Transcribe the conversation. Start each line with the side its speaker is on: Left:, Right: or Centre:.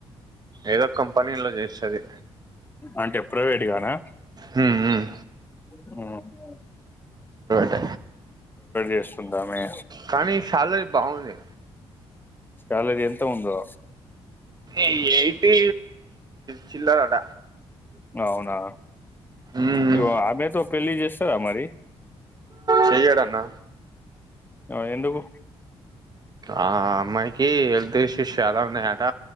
Right: ఏదో కంపెనీలో చేస్తుంది
Left: అంటే ప్రైవేట్ గానా
Right: మ్మ్ మ్మ్
Left: మ్మ్
Right: ట
Left: చేస్తుంది ఆమె
Right: కానీ సాలరీ బాగుంది
Left: సాలరి ఎంత ఉందో
Right: ఎయిటి చిల్లర్ అట
Left: అవునా
Right: ఉమ్,
Left: య్యో అమెతో పెళ్లి చేస్తారా మరి
Right: చేయడాన్న
Left: ఆ ఎందుకు
Right: ఆ అమ్మాయికి హెల్త్ ఇష్యూ ష్యూస్ చాలా ఉన్నాయట